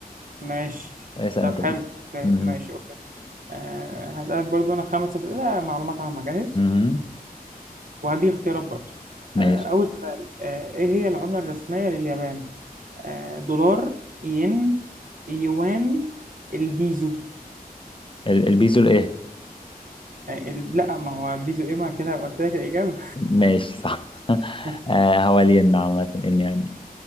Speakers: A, on the right (about 60°); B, on the left (about 35°).
A: ماشي
B: اسأل
A: طب
B: انت
A: حلو
B: بقى
A: اوكي
B: مهم.
A: ماشي اوكي آه. هسألك برضو انا خمس اسئله معلومات عامه جاهز
B: مهم.
A: وهدي اختيارات برضو
B: ماشي
A: آه. اول سؤال آه. ايه هي العمله الرسميه لليابان آه، دولار ين يوان البيزو
B: ال- البيزو الايه
A: آه، ال- لا ما هو بيزو ايه ما كده قلت لك الإجابة
B: ماشي صح <laughs>
A: <laughs>
B: آه هو الين عامة ان يعني